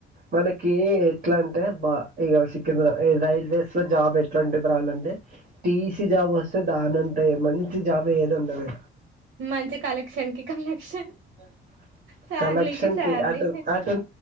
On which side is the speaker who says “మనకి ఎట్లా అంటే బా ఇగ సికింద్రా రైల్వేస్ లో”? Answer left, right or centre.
Right